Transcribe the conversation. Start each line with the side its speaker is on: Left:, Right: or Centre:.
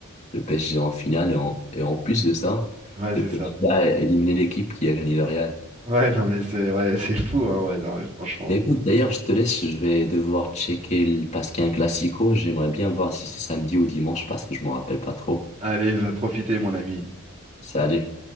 Left: le PSG en finale, et en, et en plus de ça,
Right: hein. Ouais,
Left: le
Right: c'est
Left: PSG
Right: ça.
Left: a éliminé l'équipe qui a gagné le Real.
Right: Ouais, non, mais c'est ouais, c'est fou, hein, ouais, non, mais franchement.
Left: Mais écoute, d'ailleurs, je te laisse, je vais devoir checker le- parce qu'il y a un classico. J'aimerais bien voir si c'est samedi ou dimanche parce que je m'en rappelle pas trop.
Right: Allez, va profiter, mon ami.
Left: Salut.